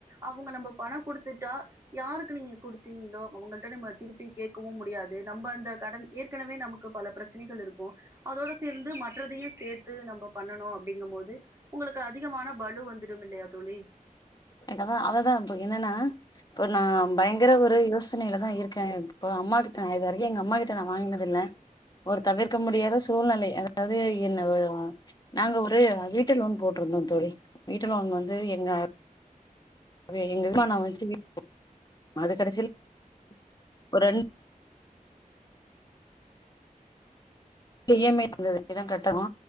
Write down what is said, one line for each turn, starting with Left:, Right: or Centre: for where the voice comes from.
Right: அவுங்க நம்ம பணோ குடுத்துட்டா யாருக்கு நீங்க குடுத்தீங்ளோ அவுங்கள்ட்ட நம்ம திருப்பி கேக் கவு முடியாது நம்ப அந்த கடன் ஏற்கனவே நமக்கு பல பிரச்சனைகள் இருக்கு அதோடு சேர்ந்து மற்றதையு சே த்து நம்ப பண்ணனு அப்படிங்கம்போது ஒங்களுக்கு அதிகமான பலு வந்துடுமில்லயா தோழி
Left: என்ன தா அத தா இப்ப என்னன்னா இப்போ நா பயங்கர ஒரு யோசனைல தா இருக்கே இப்போ அம்மா கிட்ட நா இது வரைக்கு எங்க அம்மா கிட்ட நா வாங்னதில்ல ஒரு தவிர்க்க முடியாத சூழ்நிலை அதாவது என்ன நாங்க ஒரு வீட்டு லோன் போட்ருந்தோ தோழி வீட்டு லோன் வந்து எங்க இப்ப எங்க <inaudible> அது கடைசில <inaudible> ஒரு ரெண் டு ஈ எம்‌ ஐ அந்த தேதி தா கட்டணு